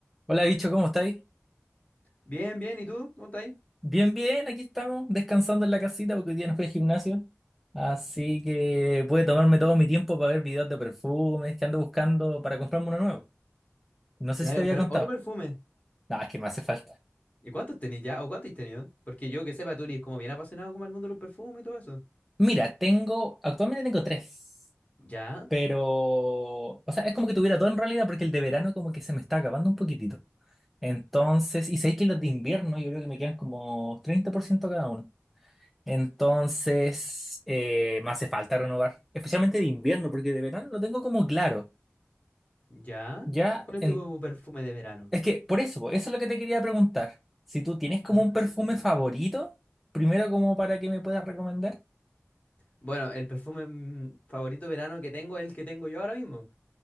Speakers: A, in the centre; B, on the left.
A: Hola, bicho, ¿cómo estáis?
B: Bien, bien, ¿y tú? ¿Cómo estás ahí?
A: Bien, bien, aquí estamos, descansando en la casita porque hoy día no fui al gimnasio. Así que pude tomarme todo mi tiempo para ver videos de perfumes que ando buscando para comprarme uno nuevo. No sé
B: Te
A: si
B: vas
A: te
B: a comprar
A: había contado.
B: otro perfume.
A: No, es que me hace falta.
B: ¿Y cuántos tenés ya? ¿O cuántos has tenido? Porque yo que sepa, tú eres como bien apasionado como el mundo de los perfumes y todo eso.
A: Mira, tengo, actualmente tengo tres,
B: ¿Ya?
A: pero, o sea, es como que tuviera todo en realidad porque el de verano como que se me está acabando un poquitito. Entonces, y sé que los de invierno yo creo que me quedan como 30% cada uno. Entonces, eh, me hace falta renovar, especialmente de invierno, porque de verano lo tengo como claro.
B: ¿Ya?
A: Ya,
B: ¿Cuál es
A: en-
B: tu perfume de verano?
A: es que por eso, eso es lo que te quería preguntar. Si tú tienes como
B: Ah.
A: un perfume favorito, primero como para que me puedas recomendar.
B: Bueno, el perfume mm, favorito de verano que tengo es el que tengo yo ahora mismo,